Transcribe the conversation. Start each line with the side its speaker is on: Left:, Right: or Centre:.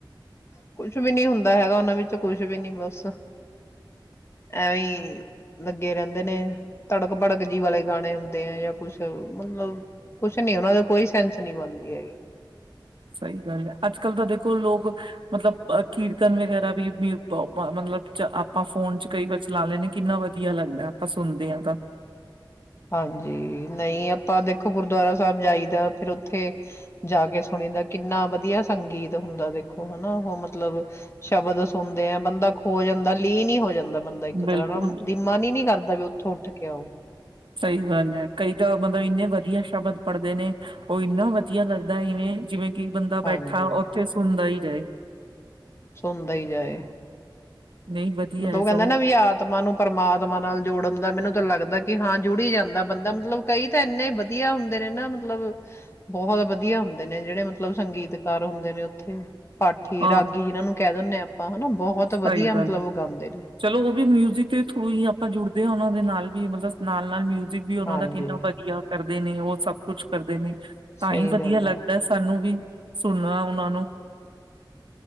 Left: ਕੁਛ ਵੀ ਨੀ ਹੁੰਦਾ ਹੈਗਾ ਉਹਨਾਂ ਵਿੱਚ ਕੁਛ ਵੀ ਨੀ ਬਸ ਐਵੇਂ ਲੱਗੇ ਰਹਿੰਦੇ ਨੇ, ਧੜਕ-ਭੜਕ ਜੀ ਵਾਲੇ ਗਾਣੇ ਹੁੰਦੇ ਆ ਜਾਂ ਕੁਛ ਮਤਲਬ ਕੁਛ ਨੀ ਉਹਨਾ ਦੇ ਕੋਈ ਸੈਂਸ ਨੀ ਬਣਦੀ ਹੈਗੀ।
Right: ਸਹੀ ਗੱਲ ਹੈ ਅੱਜ ਕੱਲ੍ਹ ਤਾਂ ਦੇਖੋ ਲੋਕ ਮਤਲਬ ਕੀਰਤਨ ਵਗੈਰਾ ਵੀ ਮਤਲਬ ਆਪਾਂ ਫੋਨ ਚ ਕਈ ਵਾਰ ਚਲਾ ਲੈਂਦੇ ਕਿੰਨਾ ਵਧੀਆ ਲੱਗਦਾ ਆਪਾਂ ਸੁਣਦੇ ਹਾਂ ਤਾਂ।
Left: ਹਾਂਜੀ, ਨਹੀਂ ਆਪਾਂ ਦੇਖੋ ਗੁਰਦੁਆਰਾ ਸਾਹਿਬ ਜਾਈਦਾ ਫਿਰ ਉੱਥੇ ਜਾ ਕੇ ਸੁਣੀ ਦਾ ਕਿੰਨਾ ਵਧੀਆ ਸੰਗੀਤ ਹੁੰਦਾ ਦੇਖੋ ਹੈਨਾ ਉਹ ਮਤਲਬ ਸ਼ਬਦ ਸੁਣਦੇ ਆ ਬੰਦਾ ਖੋ ਜਾਂਦਾ ਲੀਨ ਹੀ ਹੋ ਜਾਂਦਾ। ਬੰਦਾ ਇੱਕ
Right: ਬਿਲਕੁਲ
Left: ਤਰ੍ਹਾਂ ਨਾ ਮਨ ਹੀ ਨੀ ਕਰਦਾ ਵੀ ਉੱਥੋਂ, ਉੱਠ ਕੇ ਆਓ।
Right: ਸਹੀ ਗੱਲ ਹੈ ਕਈ ਤਾਂ ਮਤਲਬ ਇੰਨੇ ਵਧੀਆ ਸ਼ਬਦ ਪੜ੍ਹਦੇ ਨੇ ਉਹ ਇੰਨਾ ਵਧੀਆ ਲੱਗਦਾ ਇਵੇਂ ਜਿਵੇਂ ਕੀ ਬੰਦਾ
Left: ਹਾਂਜੀ
Right: ਬੈਠਾ ਉੱਥੇ ਸੁਣਦਾ ਹੀ ਜਾਏ।
Left: ਸੁਣਦਾ ਹੀ ਜਾਏ।
Right: ਨਹੀਂ ਵਧੀਆ
Left: ਮਤਲਬ
Right: ਹੈ
Left: ਉਹ
Right: ਸਗੋਂ
Left: ਕਹਿੰਦੇ ਨਾ ਵੀ ਆਤਮਾ ਨੂੰ ਪ੍ਰਮਾਤਮਾ ਨਾਲ ਜੋੜਨ ਦਾ ਮੈਨੂੰ ਤਾਂ ਲੱਗਦਾ ਕਿ ਹਾਂ ਜੁੜੀ ਜਾਂਦਾ ਬੰਦਾ ਮਤਲਬ ਕਈ ਤਾਂ ਇੰਨੇ ਵਧੀਆ ਹੁੰਦੇ ਨੇ ਨਾ ਮਤਲਬ ਬਹੁਤ ਵਧੀਆ ਹੁੰਦੇ ਨੇ ਜਿਹੜੇ ਮਤਲਬ ਸੰਗੀਤਕਾਰ ਹੁੰਦੇ ਨੇ ਉੱਥੇ ਪਾਠੀ
Right: ਹਾਂ
Left: ਰਾਗੀ ਜਿਨਾਂ ਨੂੰ ਕਹਿ ਦਿੰਦੇ ਹਾਂ ਆਪਾਂ ਹਨਾ ਬਹੁਤ ਤੇ ਵਧੀਆ
Right: ਸਹੀ ਗੱਲ
Left: ਮਤਲਬ ਉਹ ਗਾਉਂਦੇ ਨੇ
Right: ਚਲੋ ਉਹ ਵੀ ਮਿਊਜ਼ਿਕ ਦੇ ਥਰੂ ਹੀ ਆਪਾਂ ਜੁੜਦੇ ਹਾਂ ਉਹਨਾਂ ਦੇ ਨਾਲ ਵੀ ਮਤਲਬ ਨਾਲ ਨਾਲ ਮਿਊ ਬੀਬੀ ਉਹਨਾਂ
Left: ਹਾਂਜੀ
Right: ਦਾ ਕਿੰਨਾ ਵਧੀਆ ਕਰਦੇ ਨੇ ਉਹ ਸਭ ਕੁੱਛ ਕਰਦੇ ਨੇ, ਤਾਂ
Left: ਸਹੀ
Right: ਹੀ ਵਧੀਆ
Left: ਗੱਲ
Right: ਲੱਗਦਾ
Left: ਹੈ
Right: ਸਾਨੂੰ ਵੀ, ਸੁਣਨਾ ਉਹਨਾਂ ਨੂੰ